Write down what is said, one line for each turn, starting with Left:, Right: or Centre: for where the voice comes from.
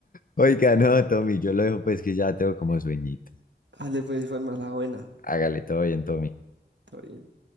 Left: Oiga, no, Tommy, yo lo dejo pues que ya tengo como sueñito.
Right: dale pues, fue más la buena,
Left: Hágale todo bien, Tommy.
Right: todo bien.